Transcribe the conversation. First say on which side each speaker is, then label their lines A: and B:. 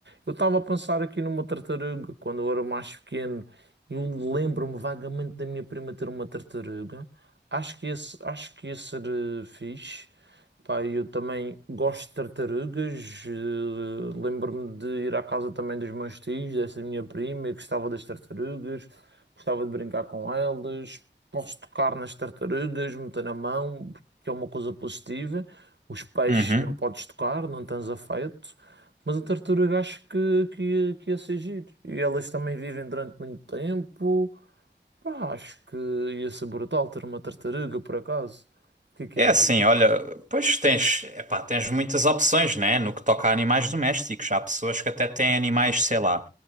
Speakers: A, on the right (about 70°); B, on the right (about 40°).
A: Eu estava a pensar aqui numa tartaruga quando eu era mais pequeno. Eu lembro-me vagamente da minha prima ter uma tartaruga. Acho que esse, acho que ia ser eh, fixe. Pá, eu também gosto de tartarugas. eh, Lembro-me de ir à casa também dos meus tios, dessa minha prima, e gostava das tartarugas, gostava de brincar com elas. Posso tocar nas tartarugas, meter na mão, que é uma coisa positiva. Os peixes
B: uhum.
A: não podes tocar, não tens afeto. Mas a tartaruga acho que, que, ia- que ia ser giro. E elas também vivem durante muito tempo. Pá, acho que ia ser brutal ter uma tartaruga, por acaso. O que é que
B: É
A: achas?
B: assim, olha, pois tens, epá, tens muitas opções, né? No que toca a animais domésticos. Há pessoas que até têm animais, sei lá,